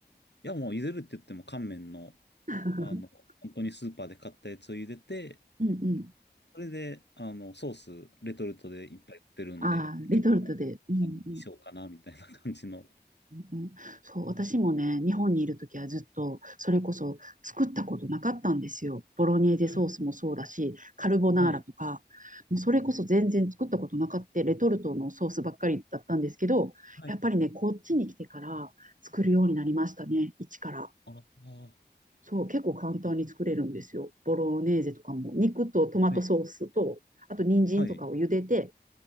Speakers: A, on the left; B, on the right.
A: や、もう茹でるって言っても乾麺の、
B: <laughs>
A: あの、本当にスーパーで買ったやつを茹でて、
B: うん、うん。
A: それで、あの、ソース、レトルトでいっぱい売ってるんで、
B: ああー、レトルトで。
A: 今日は、
B: うん、
A: あの、にしようかな、
B: うん。
A: みたいな感じの。
B: うんうん、そう、私もね、日本にいるときはずっと、それこそ作ったことなかったんですよ。ボロネーゼソースもそうだし、
A: はい、
B: カルボナーラとか、
A: はい、
B: もうそれこそ全然作ったことなかった、レトルトのソースばっかりだったんですけど、
A: はい、
B: やっぱりね、こっちに来てから作るようになりましたね、一から。
A: ああ、
B: そう、結構簡単に作れるんですよ。ボロネーゼとかも、肉とトマトソースと、
A: はい、
B: あと人参とかを茹でて、
A: はい、